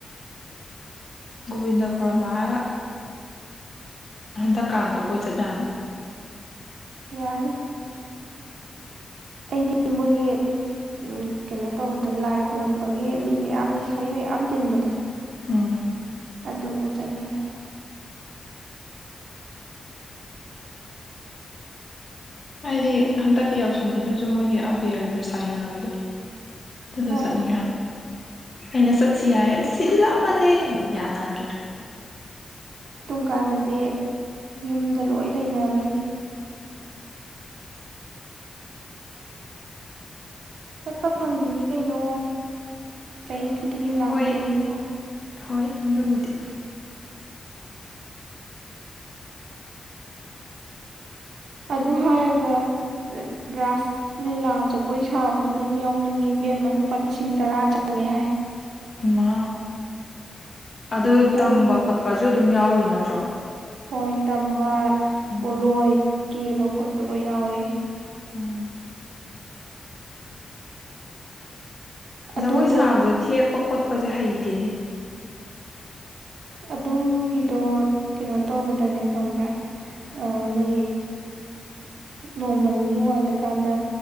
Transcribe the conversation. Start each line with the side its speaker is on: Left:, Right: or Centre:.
Left: ꯒꯣꯕꯤꯟꯗ ꯈꯔꯃꯕ ꯍꯤꯔꯒꯥ ꯍꯟꯗꯛ ꯀꯥꯡꯗ ꯀꯣꯏ ꯆꯠꯗꯥꯅ
Right: ꯌꯥꯅꯤ ꯑꯩꯗꯤ ꯃꯣꯏꯒꯤ ꯎꯝ ꯀꯩꯅꯣ ꯇꯧꯕꯗꯣ ꯂꯥꯏ ꯈꯨꯣꯏꯔꯝꯕꯒꯤ ꯃꯤ ꯃꯌꯥꯝ ꯂꯩꯁꯥꯕꯤ ꯃꯌꯥꯝ ꯇꯤꯟꯕꯗꯣ
Left: ꯑꯝ
Right: ꯑꯗꯨꯗ ꯆꯠꯅꯤꯡꯉꯤ
Left: <inaudible> ꯍꯥꯏꯗꯤ ꯍꯟꯗꯛꯀꯤ ꯌꯥꯎꯁꯪꯒꯤꯗꯨꯁꯨ ꯃꯣꯏꯒꯤ ꯑꯕꯦꯔꯒ ꯆꯥꯏꯅꯕꯤꯗꯣ ꯑꯗꯨꯗ
Right: ꯍꯣꯏ
Left: ꯆꯠꯅꯤꯡ ꯍꯥꯏꯕ ꯑꯩꯅ ꯆꯠꯁꯤ ꯍꯥꯏ ꯁꯤꯗꯤ ꯂꯥꯛꯑꯃꯜꯂꯦ ꯌꯥꯅꯒꯤꯗ꯭ꯔꯥ
Right: ꯇꯨꯡ ꯀꯥꯟꯗꯗꯤ ꯌꯨꯝꯗ ꯂꯣꯏ ꯂꯩꯅꯕꯩꯅꯦ ꯆꯠꯄ ꯐꯡꯒꯤꯅꯤ ꯀꯩꯅꯣ ꯆꯍꯤ ꯈꯨꯗꯤꯡꯒꯤ ꯂꯥꯛꯇꯣꯔꯤꯕ
Left: ꯍꯣꯏ ꯍꯣꯏ ꯑꯗꯨꯕꯨꯗꯤ
Right: ꯑꯗꯨ ꯍꯥꯏꯔꯒ ꯔꯥꯁ ꯂꯤꯂꯥ ꯖꯒꯣꯏ ꯁꯥꯕꯗ ꯑꯗꯨꯝ ꯌꯥꯎꯅꯤꯡꯉꯤꯕꯦꯝ ꯑꯃ ꯂꯨꯄꯥ ꯂꯤꯁꯤꯡ ꯇꯔꯥ ꯆꯉꯦ ꯍꯥꯏ
Left: ꯃ ꯑꯗꯨ
Right: ꯃꯣꯏ
Left: ꯇꯝꯕ ꯈꯣꯠꯄꯁꯨ ꯑꯗꯨꯝ ꯌꯥꯎꯔꯤ ꯅꯠꯇ꯭ꯔꯣ
Right: ꯍꯣꯏ ꯇꯝꯕ
Left: ꯎꯝ
Right: ꯄꯂꯣꯏ ꯀꯦꯕ ꯈꯣꯠꯄ ꯂꯣꯏ ꯌꯥꯎꯋꯦ
Left: ꯎꯝ
Right: ꯑꯗꯨꯗꯣ
Left: ꯖꯒꯣꯏ ꯁꯥꯕꯁꯦ ꯊꯦꯛ ꯄ ꯈꯣꯠꯄꯁꯦ ꯍꯩꯇꯦꯅꯦ
Right: ꯑꯗꯨꯒꯤꯗꯣ ꯀꯩꯅꯣ ꯇꯧꯕꯗꯅꯦ ꯈꯪꯕ꯭ꯔꯥ ꯃꯣꯏ ꯅꯣꯡꯃ ꯅꯤꯅꯤ ꯋꯥꯠꯂꯀꯥꯟꯗ